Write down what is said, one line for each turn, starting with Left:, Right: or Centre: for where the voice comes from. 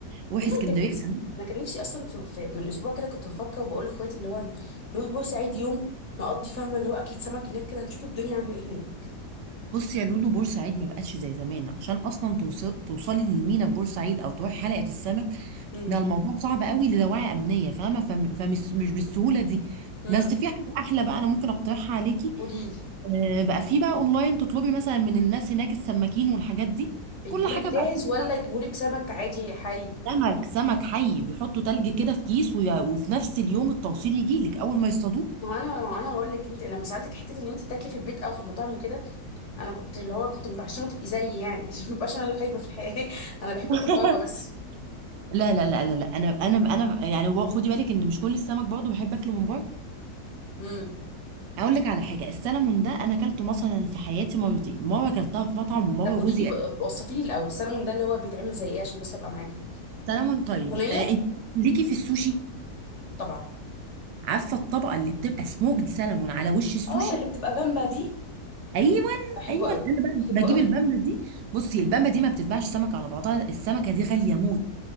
Right: روحي
Left: والله
Right: اسكندريه
Left: كان نفسي
Right: الأماكن-
Left: انا كان نفسي اصلا في في- من اسبوع كده كنت بفكر وبقول لاخواتي اللي هو نروح بورسعيد يوم نقضي فاهمه اللي هو اكل سمك هناك كده نشوف الدنيا عامله ايه هناك
Right: بصي يا لولو بورسعيد ما بقتش زي زمان عشان اصلا توص- توصلي للمينا في بورسعيد او تروحي حلقه السمك
Left: امم
Right: ده الموضوع صعب قوي لدواعي امنيه فاهمه فم- فمش مش بالسهوله دي
Left: امم
Right: بس في حاجه احلى بقى انا ممكن اقترحها عليكي
Left: قولي لي
Right: آه، بقى في بقى اونلاين تطلبي مثلا من الناس هناك السماكين والحاجات دي
Left: بيجيبولك
Right: كل حاجه
Left: جاهز
Right: بقى بتنفع
Left: ولا يجيبولك سمك عادي حي
Right: سمك سمك حي بيحطوا تلج كده في كيس وي- وفي نفس اليوم التوصيل يجي لك اول ما يصطادوه
Left: ما هو انا ما هو انا بقول لك انت لما سالتك حته ان انت تاكلي في البيت او في مطاعم وكده انا كنت اللي هو كنت متعشمه تبقي زيي يعني <laughs> عشان ما ابقاش انا اللي خايبه في الحياه <laughs> انا بحب
Right: <laughs>
Left: اكل بره بس
Right: لا لا لا لا لا انا انا انا يعني هو خدي بالك ان مش كل السمك برضه بحب اكله من بره
Left: امم
Right: اقول لك على حاجه السلمون ده انا اكلته مثلا في حياتي مرتين مره اكلتها في مطعم ومره
Left: طب قولي
Right: جوزي
Left: لي وصفي لي الاول السلمون ده اللي هو بيتعمل زي ايه عشان بس ابقى معاكي
Right: سلمون طيب
Left: صينيه
Right: آه انت ليكي في السوشي
Left: طبعا
Right: عارفه الطبقه اللي بتبقى سموكد سلمون على وش السوشي
Left: اه اللي بتبقى بامبا دي
Right: ايوه
Left: بحبه
Right: ايوه
Left: قوي
Right: انا بقى
Left: بحبه
Right: بجيب
Left: قوي
Right: البامبه دي بصي البامبه دي ما بتتباعش سمك على بعضها السمكه دي غاليه موت